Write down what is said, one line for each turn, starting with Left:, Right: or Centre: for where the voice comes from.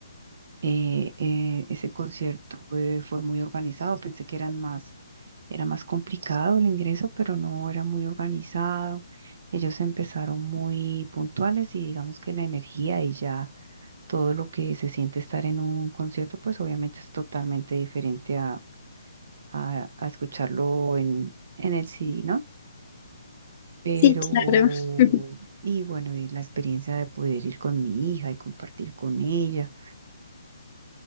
Right: eh, eh, ese concierto eh, fue muy organizado, pensé que eran más, era más complicado el ingreso, pero no era muy organizado. Ellos empezaron muy puntuales y digamos que la energía y ya todo lo que se siente estar en un concierto, pues obviamente es totalmente diferente a, a- a escucharlo en, en el CD, ¿no? Pero,
Left: Sí, claro. <laughs>
Right: y bueno, y la experiencia de poder ir con mi hija y compartir con ella.